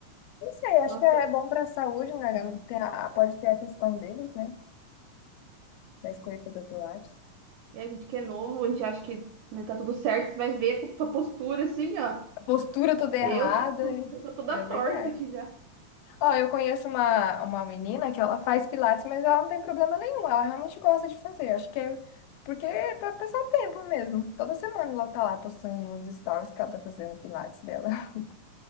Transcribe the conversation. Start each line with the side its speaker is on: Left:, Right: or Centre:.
Left: Não sei, acho
Right: nossa,
Left: que é bom para a saúde, né? Tem a- pode ter a questão deles, né? Da escolha de fazer pilates.
Right: é, a gente que é novo, a gente acha que né, tá tudo certo, você vai ver com sua postura assim, ó.
Left: A postura toda
Right: Eu
Left: errada,
Right: tô,
Left: é
Right: eu tô toda
Left: é verdade.
Right: torta aqui já.
Left: Ó, eu conheço uma, uma menina que ela faz pilates, mas ela não tem problema nenhum. Ela realmente gosta de fazer. Acho que é porque é pra passar tempo mesmo. Toda semana ela tá lá postando nos stories que ela tá fazendo pilates dela. <laughs>